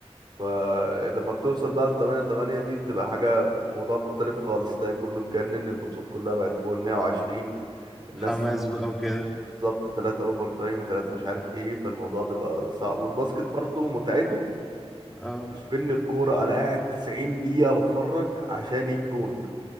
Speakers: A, on the right; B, in the centre.
A: فلما بتوصل بقى لتمانية وتمانية دي بتبقى حاجة موضوع مختلف خالص ده كله اتجنن الماتشات كلها بقت فوق المية وعشرين الناس
B: حماس
A: بت-
B: بقى وكده
A: بالظبط تلاتة اوفر تايم تلاتة مش عارف ايه فالموضوع بيبقى صعب والباسكت برضو متعته
B: اه
A: مش في ان الكورة انا قاعد 90 دقيقة بتفرج عشان يجي جون